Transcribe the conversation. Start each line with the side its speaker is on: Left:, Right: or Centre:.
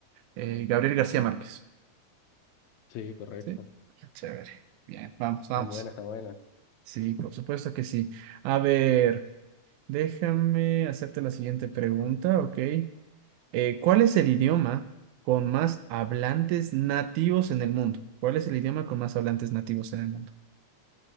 Right: eh, Gabriel García Márquez.
Left: Sí, correcto.
Right: ¿Sí? Chévere. Bien, vamos, vamos.
Left: Está buena, está buena.
Right: Sí, por supuesto que sí. A ver, déjame hacerte la siguiente pregunta, ¿ok? Eh, ¿cuál es el idioma con más hablantes nativos en el mundo? ¿Cuál es el idioma con más hablantes nativos en el mundo?